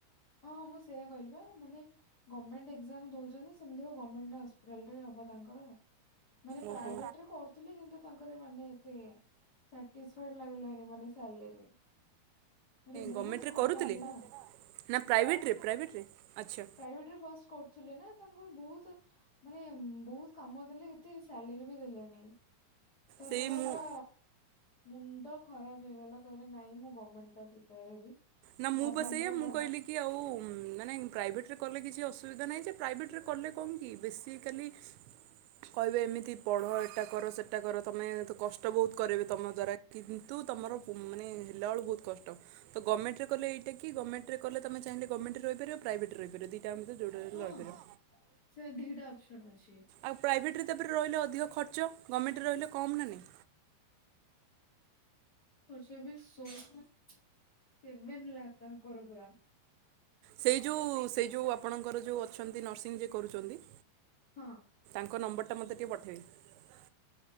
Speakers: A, on the left (about 40°); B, on the right (about 90°).
A: ହଁଁ ମୁଁ ସେଇୟା କହିଲି ବା ମାନେ ଗମ୍ <unintelligible> ଏକ୍ଜାମ୍ ଦଉଛନ୍ତି ସେମିତି ଗୋଟେ ଗମେଣ୍ଟ୍ ହସ୍ପିଟାଲରେ ହବ ତାଙ୍କର ମାନେ
B: ଓହୋ
A: ପ୍ରାଇଭେଟ୍ ରେ କରୁଥିଲେ କିନ୍ତୁ ତାଙ୍କର ମାନେ ଏତେ ସାଟିସ୍ଫାଏଡ୍ ଲାଗିଲାନି ମାନେ ସାଲେରି ମାନେ ବହୁତ୍
B: ଗଭର୍ଣ୍ଣମେଣ୍ଟରେ
A: ଖଟାନ୍ତି
B: କରୁଥିଲେ?
A: ନା
B: ନା ପ୍ରାଇଭେଟରେ ପ୍ରାଇଭେଟରେ ଆଛା।
A: ପ୍ରାଇଭେଟରେ କରୁଥିଲେ ନା ତାଙ୍କର ବହୁତ ମାନେ ବହୁତ କାମ ଦେଲେ ଏତେ ସାଲେରୀ ବି ଦେଲେନି ତ
B: ସେଇ
A: ତାଙ୍କର
B: ମୁଁ
A: ପୁରା ମୁଣ୍ଡ ଖରାପ ହେଇଗଲା କହିଲେ ନାଇଁ ମୁଁ ଗମେଣ୍ଟ ପାଇଁ ପ୍ରିପେୟାର ହେବି
B: ନା ମୁଁ
A: ଗମେଣ୍ଟରେ
B: ପା ସେଇଆ
A: ମୁଁ
B: କହିଲି କି ଆଉ ମାନେ ପ୍ରାଇଭେଟରେ କଲେ କିଛି ଅସୁବିଧା ନାହିଁ ଯେ ପ୍ରାଇଭେଟ୍ ରେ କଲେ କଣ କି ବେସିକାଲି କହିବେ ଏମିତି ପଢ଼ ଏଟା କର ସେଟା କର ତମେ ତ କଷ୍ଟ ବହୁତ କରେଇବେ ତୁମ ଦ୍ୱାରା କିହି ତୁ ତମର ମାନେ ହେଲାବେଳୁ ବହୁତ କଷ୍ଟ ତ ଗଭଣ୍ମେଣ୍ଟରେଲେ ଏଇା ଗଭଣ୍ମେଣ୍ରେଲେ ତମେ ଚାଁଲେ ଗଭଣ୍ମେଣ୍ରେ ରହିପିବ ପ୍ରାଇଭେଟରେ ରିବ ପ୍ରଦିପ୍ <unintelligible> ଯୋଉଠି ରହିଲେ
A: ହଁ
B: ରହିଯିବ
A: ସେ ଦିଟା ଅପସନ ଅଛି।
B: ଆଉ ପ୍ରାଇଭେଟ୍ ରେ ତାପରେ ରହିଲେ ଅଧିକ ଖର୍ଚ୍ଚ ଗମେଣ୍ଟରେ ରହିଲେ କମ୍ ନା ନାଇଁ
A: ତେବିଶ୍ <unintelligible> ସେବେନ୍ ଲାଗ ତାଙ୍କର ଗ୍ରାମ୍
B: ସେଇ ଯୋଉ ସେଇ ଯୋଉ ଆପଣଙ୍କର ଯୋଉ ଅଛନ୍ତି ନର୍ସିଂ ଯେ କରୁଛନ୍ତି
A: ହଁ
B: ତାଙ୍କ ନମ୍ବରଟା ମୋତେ ଟିକେ ପଠେଇବ